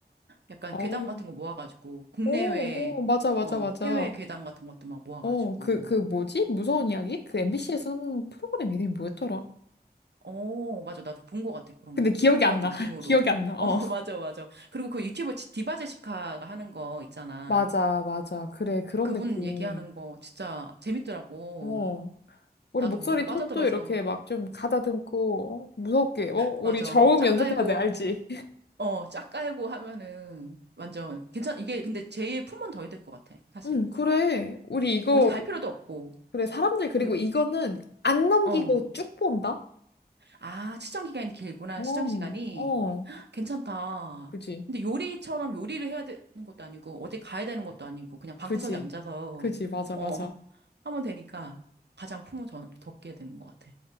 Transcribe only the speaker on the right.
약간
괴담 같은 거 모아가지고, 국내외,
어,
해외 괴담 같은 것도 막 모아가지고,
어, 맞아. 나도 본 것 같아. 그런
거.
그런
느낌으로.
<laughs>
어, 맞아, 맞아. 그리고 그 유튜버 지- 디바 제시카가 하는 거 있잖아.
그분
얘기하는 거 진짜 재밌더라고.
나도
모르게 빠져들어서.
맞아.
짝
깔고,
어, 짝 깔고 하면은 완전 괜찮, 이게 근데 제일 품은 더 해야 될 것 같아. 사실.
어디 갈 필요도 없고.
유-
어.
아, 시청 기간이 길구나.
시청 시간이.
괜찮다.
근데 요리처럼 요리를 해야 되는 것도 아니고, 어디 가야 되는 것도 아니고, 그냥 방구석에
앉아서,
어,
<laughs> 하면 되니까 가장 품을 적- 적게 되는 것 같아.